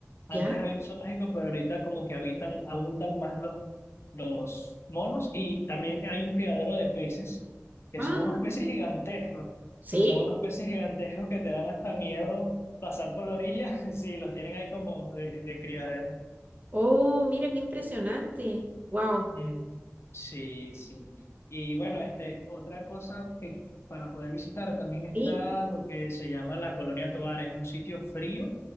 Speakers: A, on the left; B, on the right.
A: antes
B: ya,
A: había un zoológico, pero ahorita como que habitan, abundan más los, los monos y también hay un criadero de peces, que
B: ah,
A: son unos peces
B: sí.
A: gigantescos.
B: ¿Sí?
A: Son unos peces gigantescos que te dan hasta miedo pasar por la orilla <laughs> si los tienen ahí como de, de criadero.
B: Oh, mira qué impresionante. Wow.
A: Mm, Sí, sí. Y bueno, este, otra cosa que para poder visitar también está
B: Sí.
A: lo que se llama la Colonia Tovar, es un sitio frío